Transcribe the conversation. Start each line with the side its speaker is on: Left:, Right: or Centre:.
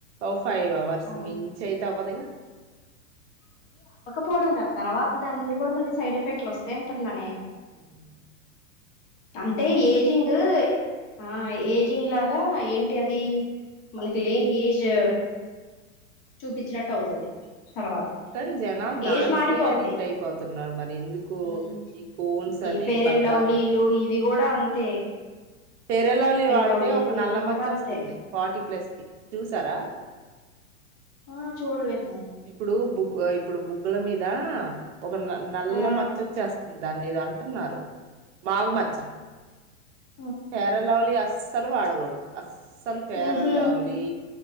Right: ఓ ఫైవ్ అవర్స్
Left: ఆ
Right: మించైతే అవ్వదుగా
Left: పోవడం కాదు తర్వాత దాన్నుండి కూడ మళ్ళీ సైడ్ ఎఫెక్ట్లు వస్తే అంటున్నా నేను
Right: మ్.
Left: అంటే ఏజింగ్ ఆ ఏజింగ్ లాగా ఏంటి అది మనకి లేని ఏజ్ చూపిచ్చినట్టు అవుతది. తర్వాత
Right: కాని జనాలు దానికే
Left: ఏజ్ మారిపోద్ది
Right: అడిక్ట్ అయిపోతున్నారు మరి ఎందుకో
Left: ఉమ్,
Right: ఈ కోన్స్ అని
Left: ఫెయిర్
Right: పద్దాక
Left: అండ్ లవ్లీలు ఇవి కూడా అంతే
Right: ఫెయిర్ అండ్ లవ్లీ వాడితే
Left: లవ్లీలు
Right: ఒక నల్ల
Left: ఇవి
Right: మచ్చ
Left: కూడా అంతే
Right: వస్తుంది. ఫార్టీ ప్లస్ కి చూసారా
Left: ఆ చూడ్లేదు.
Right: ఇప్పుడు బుగ్ ఇప్పుడు బుగ్గుల మీద ఒక న నల్ల
Left: ఆ
Right: మచ్చొచ్చేస్త దాన్నేదో అంటున్నారు మాగుమచ్చ
Left: హా
Right: ఫెయిర్ అండ్ లవ్లీ అస్సలు వాడకూడదు. అస్సలు ఫేర్
Left: ఉహు
Right: అండ్ లవ్లీ